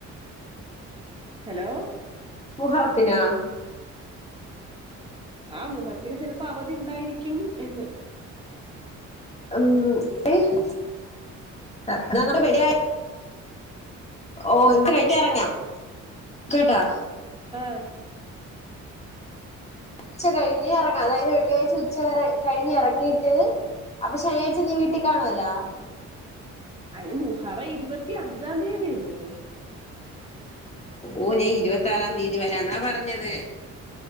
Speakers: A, on the right; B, on the left.
A: ഹലോ
B: മുഹറത്തിനാ?
A: ആ മുഹത്തിന് ചെലപ്പോ അവധി ണ്ടായിരിക്കും എന്ന്.
B: ഉം ഏഹ് അ മ്മടെ വെടിയ് ഓ ണ്ട് കഴിക്ക എറങ്യോ കേട്ടാ.?
A: ആഹ്
B: ഉച്ച കഴിഞ്ഞ് എറങ്ങാം അതായത് വെള്ളിയാഴ്ച ഉച്ച വരെ കഴിഞ് എറങ്ങിട്ട് അപ്പൊ ശനിയാഴ്ച നീ വീട്ടി കാണുവലാ?
A: അയിന് മുഹറ ഇരുപത്തി അഞ്ചാ തീയതിയല്ലേ?
B: ഓ ന് ഇരുപത്ത ആറാം തീതി വരാന്നാ പറഞ്ഞത്.